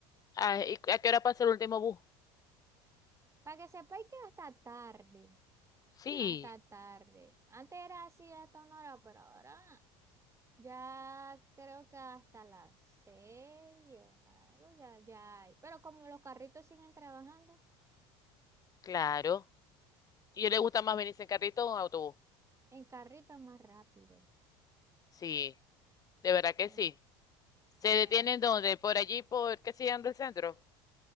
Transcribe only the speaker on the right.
Para que sepáis que hasta tarde,
hasta tarde. Antes era así hasta una hora, pero ahora ya creo que hasta las seis, algo ya, ya hay. Pero como los carritos siguen trabajando,
en carrito es más rápido.
Eh,
que